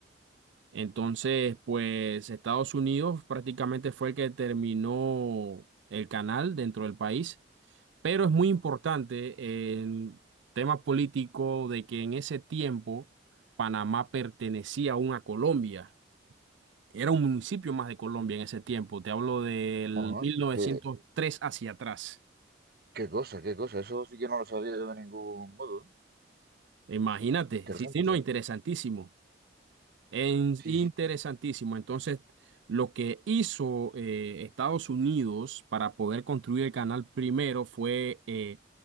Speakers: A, on the right; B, on the right.
A: Entonces, pues Estados Unidos prácticamente fue el que terminó el canal dentro del país, pero es muy importante el tema político de que en ese tiempo Panamá pertenecía aún a Colombia. Era un municipio más de Colombia en ese tiempo. Te hablo del
B: Ajá.
A: 1903
B: Qué,
A: hacia atrás.
B: qué cosa, qué cosa. Eso sí que no lo sabía yo de ningún modo. ¿eh?
A: Imagínate,
B: Interesante.
A: sí, sí, no, interesantísimo. En-
B: Sí.
A: interesantísimo.
B: Sí, sí,
A: Entonces, lo que hizo eh, Estados Unidos para poder construir el canal primero fue eh,